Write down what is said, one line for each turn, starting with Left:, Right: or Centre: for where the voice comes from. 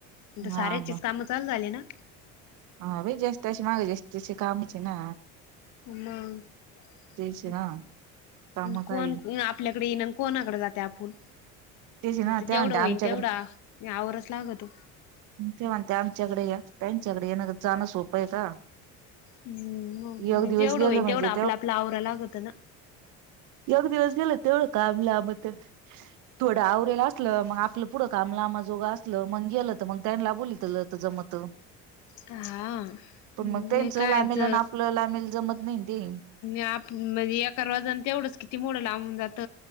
Right: कोणी
Left: इथं
Right: हा
Left: साऱ्याचीच
Right: का
Left: कामं चालू झाली ना?
Right: हा बाई ज्याची त्याच्या मागं ज्याची त्याची कामच ना
Left: मग
Right: त्याचे ना काम
Left: कोण
Right: काही
Left: आपल्याकडे येनान कोणाकडे जाते आपूण
Right: त्याचे ना
Left: आता
Right: ते
Left: जेवढं
Right: म्हणते
Left: होईन
Right: आमच्याकडे
Left: तेवढा आवरवच लागतो
Right: ते म्हणते आमच्याकडे या त्यांच्याकडे येन जाणं सोपं आहे का?
Left: हम् मग
Right: एक दिवस
Left: जेवढं
Right: गेलं
Left: होईन
Right: म्हणजे
Left: तेवढं आपलं आपलं आवरा लागतं ना
Right: जेव्हडे दिवस केलं तेवढं काम <inaudible> आपण ते. थोडं आवरेल असलं मग आपलं पुढं काम लामाजोगं आस ल मग गेलं तर मग त्यानला बोलतलं जमत.
Left: हा
Right: पण
Left: हे
Right: मग त्यांच
Left: कायच
Right: लामेल आणि आपलं लामेल जमत नाही ते.
Left: आप, म्हणजे एका रोजन तेवढंच किती मोडं लाबून जात.